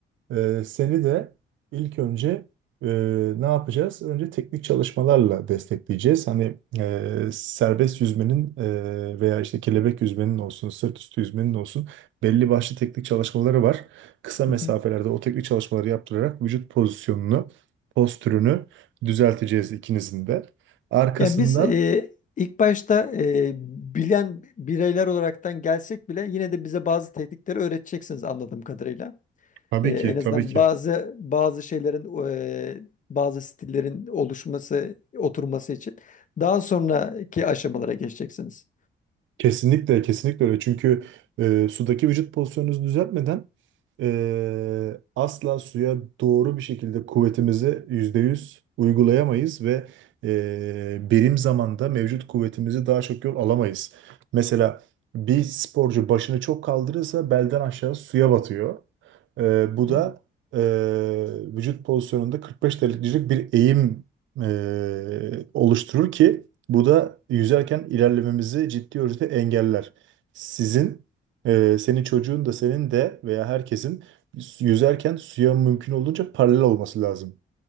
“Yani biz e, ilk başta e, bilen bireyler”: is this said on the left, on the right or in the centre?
Left